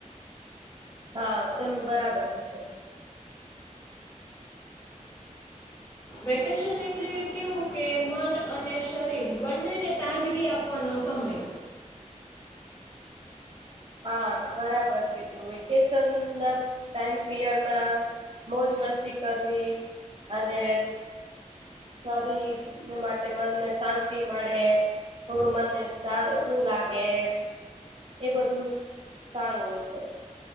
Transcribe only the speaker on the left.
વેકેશન એટલે કેવું કે મન અને શરીર બંનેને તાજગી આપવાનો સમય.